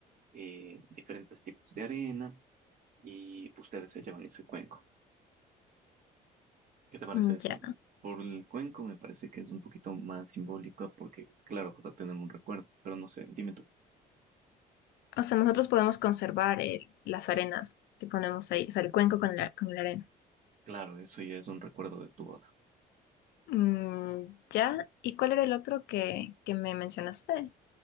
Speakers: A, on the right; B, on the left.
A: eh, diferentes tipos de arena y ustedes se llevan ese cuenco. ¿Qué te parece
B: Mm,
A: esa?
B: Ya.
A: Por el cuenco me parece que es un poquito más simbólica porque, claro, pues a tener un recuerdo, pero no sé, dime tú.
B: O sea, nosotros podemos conservar el- las arenas que ponemos ahí, o sea, el cuenco con la, con la arena.
A: Claro, eso ya es un recuerdo de tu boda.
B: Mm, ya. ¿Y cuál era el otro que, que me mencionaste?